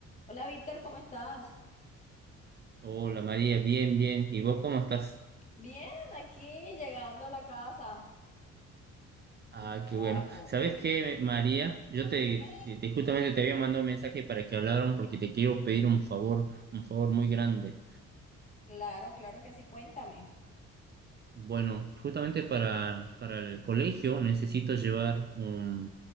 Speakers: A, on the left; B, on the right.
A: Hola Víctor, ¿cómo estás?
B: Hola María, bien, bien. ¿Y vos cómo estás?
A: Bien, aquí llegando a la casa
B: Ah,
A: del trabajo.
B: qué bueno. ¿Sabés qué, María? Yo te,
A: Dime.
B: te- justamente te había mandado un mensaje para que habláramos porque te quiero pedir un favor, un favor muy grande.
A: Claro, claro que sí, cuéntame.
B: Bueno, justamente para, para el colegio necesito llevar un...